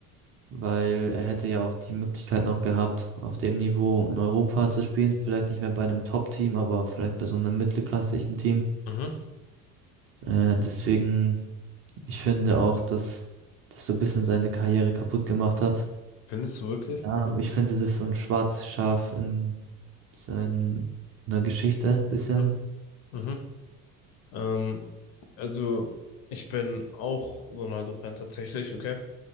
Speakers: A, on the right; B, on the left.
A: weil er hätte ja auch die Möglichkeit noch gehabt, auf dem Niveau in Europa zu spielen. Vielleicht nicht mehr bei einem Top-Team, aber vielleicht bei so einem mittelklassischen Team.
B: Mhm.
A: Äh, deswegen, ich finde auch, dass das so ein bisschen seine Karriere kaputt gemacht hat.
B: Findest du wirklich?
A: Keine Ahnung, ich finde, das ist so ein schwarzes Schaf in seiner Geschichte bisschen.
B: Mhm. Mhm. Ähm, also ich bin auch Ronaldo-Fan tatsächlich, okay?